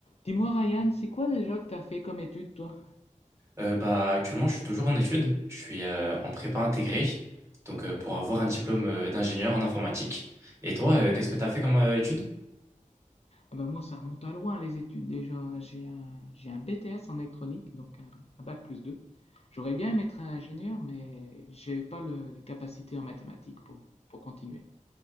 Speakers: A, on the left; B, on the right.
A: Dis-moi, Ryan, c'est quoi déjà que t'as fait comme études, toi?
B: Euh, bah, actuellement, je suis toujours en études. Je suis euh, en prépa intégrée, donc euh, pour avoir un diplôme euh, d'ingénieur en informatique. Et toi, euh, qu'est-ce que tu as fait comme euh, études?
A: Ah ben moi, ça remonte à loin, les études déjà. J'ai un, j'ai un BTS en électronique, donc un, un bac plus 2. J'aurais bien aimé être ingénieur, mais j'avais pas le- les capacités en mathématiques pour, pour continuer.